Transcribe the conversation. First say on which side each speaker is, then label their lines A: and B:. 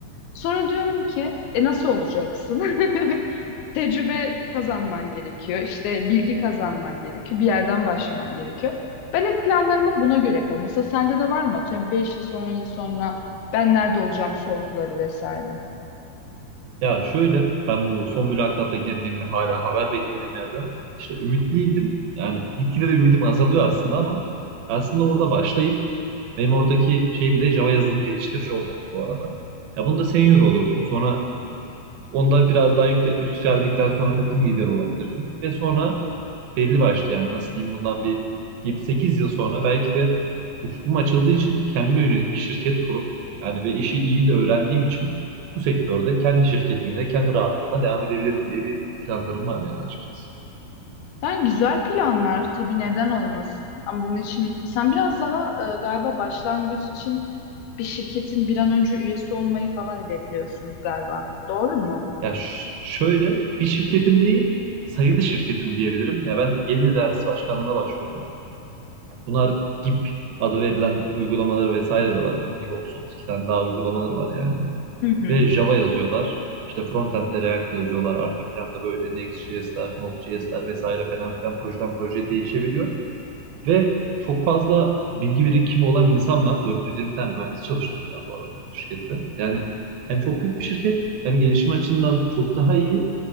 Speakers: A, on the left; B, on the right.
A: Sonra diyorum ki e nasıl olacaksın? <laughs> Tecrübe kazanman gerekiyor. İşte bilgi kazanman gerekiyor. Bir yerden başlaman gerekiyor. Ben hep planlarımı buna göre yaparım. Mesela sende de var mı? Atıyorum 5 yıl sonra, 10 yıl sonra ben nerede olacağım sorguları vesaire.
B: Ya şöyle ben bu son mülakata girdiğim ve hala haber beklediğim yerde işte ümitliydim. Yani gitgide de ümidim azalıyor aslında ama aslında orada başlayıp benim oradaki şeyim de Java yazılım geliştirici olacaktı bu arada. Ya bunu da senior olurdum. Sonra Onda biraz daha yükle- yükseldikten sonra takım lideri olabilirdim. Ve sonra belli başlı yani nasıl diyeyim bundan bir 7-8 yıl sonra belki de ufkum açıldığı için kendime yönelik bir şirket kurup yani ve işi iyi de öğrendiğim için bu sektörde kendi şirketimde kendi rahatlığıma devam edebilirim diye bir planlarım var yani açıkçası.
A: Yani güzel planlar tabii neden olmasın. Ama bunun için sen biraz daha e, galiba başlangıç için bir şirketin bir an önce üyesi olmayı falan hedefliyorsun galiba. Doğru mu?
B: Ya ş- şöyle bir şirketin değil sayılı şirketin diyebilirim. Ya ben Gelir İdaresi Başkanlığı'na başvurdum. Bunlar GIP adı verilen uygulamaları vesaire de var. Bunun gibi 30-32 tane daha uygulamaları var yani.
A: Hı hı.
B: Ve Java yazıyorlar. İşte frontend'de React yazıyorlar. Arka planda böyle Next.js'ler, Node.js'ler vesaire falan filan projeden projeye değişebiliyor. Ve çok fazla bilgi birikimi olan insan var. 420 tane mühendis çalıştırıyorlar bu arada şirkette. Yani hem çok büyük bir şirket hem gelişim açısından çok daha iyi